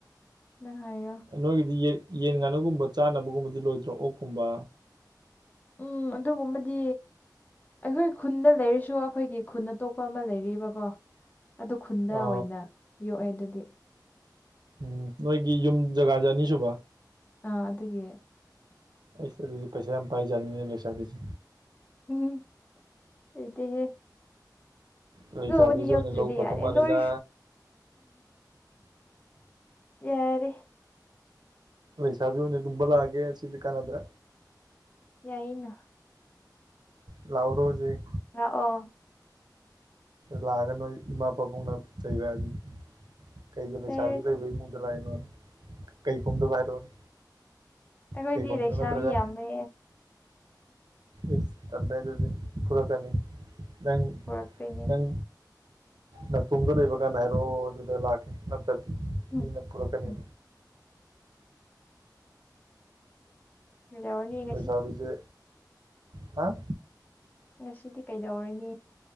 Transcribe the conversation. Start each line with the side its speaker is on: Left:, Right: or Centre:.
Left: ꯅꯪ ꯍꯥꯏꯔꯣ
Right: ꯅꯣꯏꯒꯤꯗꯤ ꯌꯦ ꯌꯦꯟ ꯉꯥꯅꯨꯒꯨꯝꯕ ꯆꯥꯅꯕꯒꯨꯝꯕꯗꯤ ꯂꯣꯏꯗ꯭ꯔꯣ ꯑꯣꯛꯀꯨꯝꯕ
Left: ꯎꯝ ꯑꯗꯨꯒꯨꯝꯕꯗꯤ ꯑꯩꯈꯣꯏ ꯈꯨꯟꯗ ꯂꯩꯔꯁꯨ ꯑꯩꯈꯣꯏꯒꯤ ꯈꯨꯟ ꯑꯇꯣꯞꯄ ꯑꯃ ꯂꯩꯔꯤꯕꯀꯣ ꯑꯗꯨ ꯈꯨꯟꯗ
Right: ꯑ
Left: ꯑꯣꯏꯅ ꯌꯣꯛꯑꯦ ꯑꯗꯨꯗꯤ
Right: ꯎꯝ ꯅꯣꯏꯒꯤ ꯌꯨꯝ ꯖꯒꯥꯁꯦ ꯑꯅꯤꯁꯨꯕ꯭ꯔꯥ
Left: ꯑꯥ ꯑꯗꯨꯒꯤ
Right: ꯑꯩꯁ ꯑꯗꯨꯗꯤ ꯄꯩꯁꯥ ꯌꯥꯝ ꯄꯥꯏꯖꯥꯠꯅꯤꯅꯦ ꯂꯩꯁꯥꯕꯤꯁꯦ
Left: ꯎꯝꯍꯨꯝ ꯂꯩꯇꯦꯍꯦ
Right: ꯂꯩꯁꯥꯕꯤꯁꯦ
Left: ꯑꯗꯨꯕꯨꯗꯤ ꯌꯣꯛꯇ꯭ꯔꯥꯗꯤ
Right: ꯑꯣꯏꯅ ꯂꯧ ꯐꯗꯧ
Left: ꯌꯥꯔꯦ
Right: ꯃꯥꯜꯂꯦꯗ
Left: ꯅꯣꯏꯁ ꯌꯥꯔꯦ
Right: ꯂꯩꯁꯥꯕꯤ ꯑꯣꯏꯅ ꯂꯨꯝꯕ ꯂꯥꯛꯑꯥꯒꯦ ꯁꯤꯗꯤ ꯀꯥꯟꯅꯗ꯭ꯔꯦ
Left: ꯌꯥꯏꯑꯦꯅ
Right: ꯂꯥꯛꯎꯔꯣ ꯍꯨꯖꯤꯛ
Left: ꯂꯥꯛꯑꯣ
Right: ꯂꯥꯛꯑꯒ ꯅꯣꯏ ꯏꯃꯥ ꯄꯥꯕꯨꯡꯅ ꯆꯩꯔꯛꯑꯗꯤ ꯀꯩꯒꯤ ꯂꯩꯁꯥꯕꯤ
Left: ꯆꯩꯔꯣꯏꯗ
Right: ꯂꯩꯕ ꯏꯃꯨꯡꯗ ꯂꯥꯛꯏꯅꯣꯅ ꯀꯩ ꯈꯨꯝꯗꯣꯕ ꯍꯥꯏꯔꯛꯑꯣꯅꯦ
Left: ꯑꯩꯈꯣꯏꯗꯤ
Right: ꯀꯩ ꯈꯣꯝꯗꯕ
Left: ꯂꯩꯁꯥꯕꯤ
Right: ꯅꯠꯇ꯭ꯔꯒ
Left: ꯌꯥꯝꯃꯦ
Right: ꯏꯁ ꯇꯜꯂꯦ ꯑꯗꯨꯗꯤ ꯐꯨꯔꯛꯀꯅꯤ ꯅꯪ
Left: ꯄꯨꯔꯛꯇꯣꯏꯅꯦ
Right: ꯅꯪ ꯅꯥꯇꯣꯝꯗ ꯂꯩꯕ ꯀꯥꯟꯗ ꯍꯥꯏꯔꯣ ꯑꯗꯨꯗ ꯂꯥꯛꯀꯦ ꯅꯠꯇꯗꯤ
Left: <inaudible>
Right: ꯐꯨꯔꯛꯀꯅꯤ
Left: ꯍꯝ. ꯌꯧꯔꯅꯤ
Right: ꯂꯩꯁꯥꯕꯤꯖꯦ ꯍꯥ
Left: ꯉꯁꯤꯗꯤ ꯀꯩꯗꯧꯔꯅꯤ